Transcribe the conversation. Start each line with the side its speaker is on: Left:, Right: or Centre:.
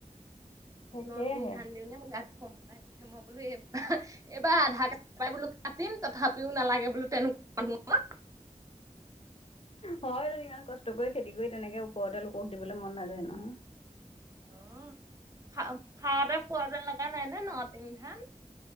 Left: তাকেহে
Right: ন তিন ধান দি নে ম গাত।
Left: <unintelligible>
Right: মই বোলো এইব এইবাৰ আধাৰ কাৰডাই বোলো কাটিম তথাপিও নালাগে বোলো তেনেকুৱা মানুহ।
Left: হয় ইমান কষ্ট কৰি খেতি কৰি তেনেকে ওপৰতে লোকক দিবলৈ মন নাযায় নহয়। হয়
Right: অ খা খাওঁতে পোৱা যেন লগা নাই ন ন তিনং ধান।